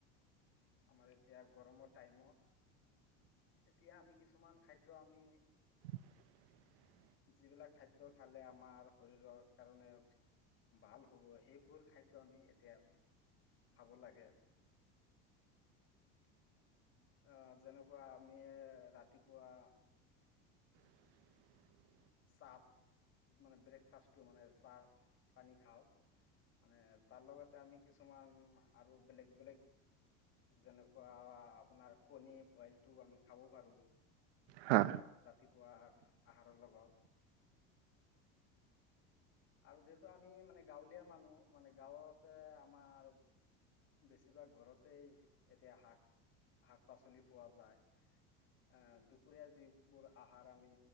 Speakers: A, on the left; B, on the right.
A: আমাৰ এতিয়া গৰমৰ টাইমো এতিয়া আমি কিছুমান খাদ্য আমি
B: <unintelligible>
A: যিবিলাক খাদ্য খালে আমাৰ শৰীৰৰ কাৰণে ভাল হ'ব সেই কুৰ খাদ্য আমি এতিয়া খাব লাগে আহ যেনেকুৱা আমি ৰাতিপুৱা
B: <unintelligible>
A: চাহ মানে ব্ৰেকফাষ্টটো মানে চাহ পানী খাওঁ। মানে তাৰ লগতে আমি কিছুমান আৰু বেলেগ - বেলেগ যেনেকুৱা আপোনাৰ কণী বইলটো আমি খাব পাৰো।
B: হা
A: ৰাাতিপুৱা আহাৰ - আহাৰৰ লগত। আৰু যিহেতু আমি মানে গাঁৱলীয়া মানুহ মানে গাঁৱতে আমাৰ বেছিভাগ ঘৰতেই এতিয়া শাক -শাক -পাচলি পোৱা যায়। আহ, দুপৰীয়া যিবোৰ আহাৰ আমি